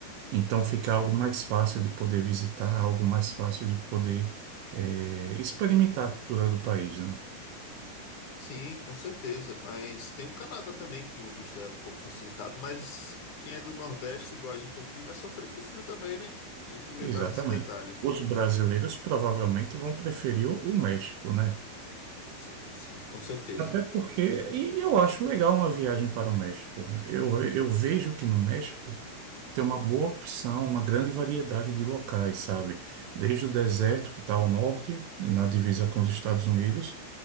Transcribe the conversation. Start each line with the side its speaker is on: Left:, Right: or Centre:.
Right: Então
Left: Sim,
Right: fica
Left: sim.
Right: algo mais fácil de poder visitar, algo mais fácil de poder eh, experimentar a cultura do país, né?
Left: Sim, com certeza. Mas tem o Canadá também, que o visto é um pouco facilitado, mas quem é do Nordeste, igual a gente aqui, vai sofrer com frio também, né? Tem que lembrar
Right: Exatamente.
Left: desse detalhe.
Right: Os brasileiros provavelmente vão preferir o o México, né?
Left: Sim, sim, com certeza.
Right: Até porque, e eu acho legal uma viagem para o México. Eu, eu vejo que no México tem uma boa opção, uma grande variedade de locais, sabe? Desde o deserto, que está ao norte, na divisa com os Estados Unidos,